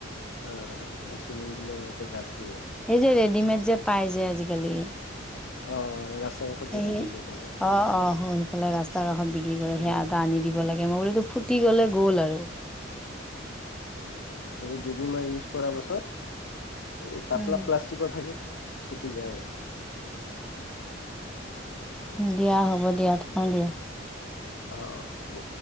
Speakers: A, on the left (about 80°); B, in the centre.
A: অ চিমুৰ <inaudible> গ ইয়াতে গা ধ আ
B: সেই যে ৰেডিমেড যে পাই যে আজিকালি।
A: অ ৰাস্তা কাষত যে
B: এ'
A: বিক্ৰী কৰি থাকে
B: অ' অ' হয় সেইফালে ৰাস্তা কাষত কি কৰে সেয়া
A: উম
B: এটা আনি দিব লাগে, মই বোলো ফুটি গলে গ'ল আৰু।
A: এইটো দুদিন মান ইউজ কৰা পাছত এই পাতলা
B: উম।
A: প্লাষ্টিকৰ থাকে ফুটি যায় এইটো।
B: দিয়া হ'ব দিয়া থওঁ দিয়া।
A: অঁ অঁ হ'ব।